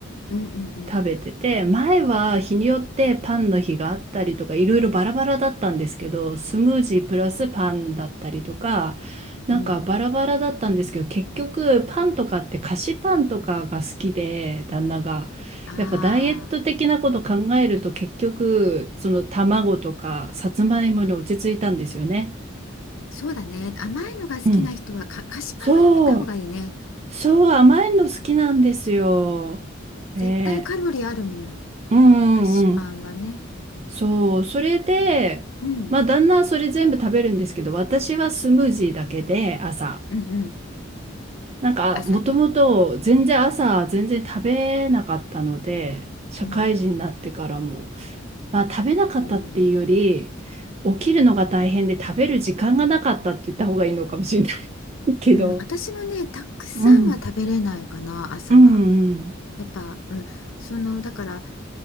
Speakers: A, on the left (about 85°); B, on the right (about 30°).
A: うんうん
B: 食べてて、前は日によってパンの日があったりとか、いろいろバラバラだったんですけど、スムージープラスパンだったりとか、なんかバラバラだったんですけど、
A: うんうん
B: 結局パンとかって菓子パンとかが好きで、旦那が。
A: あ
B: やっぱダイエット的なこと考えると結局、
A: あ、
B: その卵とかさつまいもに落ち着いたんですよね。
A: そうだね。甘いのが好きな人はか、
B: うん。
A: 菓子パンはやめた方がいいね。
B: そう。そう、甘いの好きなんですよ。ね
A: 絶対カロリーあるもん。
B: え。うんうんうん。
A: 菓子パンはね。
B: そう、それで、
A: うん。
B: まあ、旦那はそれ全部食べるんですけど、私はスムージーだけで、朝。
A: うんうん。
B: なんか、
A: 朝ね。
B: もともと全然朝、全然食べなかったので、社会人になってからも、
A: うん
B: まあ、食べなかったっていうより、
A: うん
B: 起きるのが大変で食べる時間がなかったって言った方がいいのかもしれない <laughs> けど。
A: うん。うん。私もね、たくさんは食べれないかな、
B: うん。
A: 朝は。
B: うんうん。
A: やっぱ、うん、そのだから